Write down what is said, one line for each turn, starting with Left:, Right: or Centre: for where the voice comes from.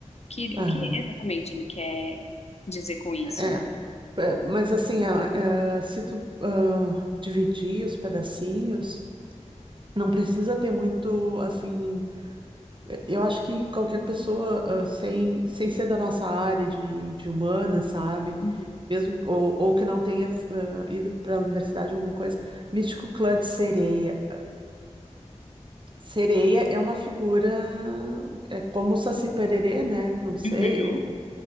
Left: Que,
Right: aham,
Left: o que exatamente ele quer dizer com isso?
Right: é. É, Mas assim, ah, ah, se tu ah, dividir os pedacinhos. Não precisa ter muito, assim. eh, Eu acho que qualquer pessoa, ah, sem, sem ser da nossa área de, de humana, sabe?
Left: Uhum.
Right: Mesmo, ou, ou que não tenha, ah, ido para a universidade, alguma coisa. Místico Clã de Sereia. Sereia é uma figura. É como o Saci Pererê, né? Não sei.
Left: Uhum.
Right: Ou,